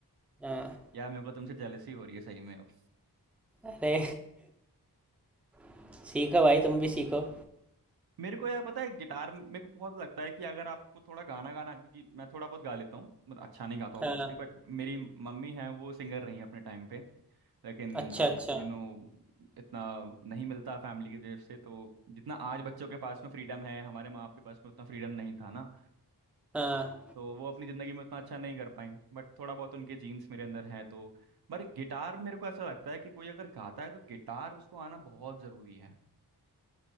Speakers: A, in the centre; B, on the right.
A: हाँ
B: यार मेरे को तुमसे जेलसी हो रही है सही में अब
A: अरे <laughs> सीखो भाई तुम भी सीखो
B: मेरे को यार पता है गिटार मेरे को बहुत लगता है कि अगर आपको थोड़ा गाना गाना क्योंकि मैं थोड़ा बहुत गा लेता हूँ मतलब अच्छा नहीं गाता ऑब्वियसली
A: हाँ
B: बट मेरी मम्मी है वो सिंगर रही है अपने टाइम पे लेकिन
A: अच्छा अच्छा
B: यू नो इतना नहीं मिलता फैमिली की तरफ से तो जितना आज बच्चों के पास में फ्रीडम है हमारे माँ बाप के पास में उतना फ्रीडम नहीं था ना
A: हाँ
B: तो वो अपनी ज़िंदगी में उतना अच्छा नहीं कर पाई बट थोड़ा बहुत उनके जीन्स मेरे अंदर हैं तो पर गिटार मेरे को ऐसा लगता है कि कोई अगर गाता है तो गिटार उसको आना बहुत ज़रूरी है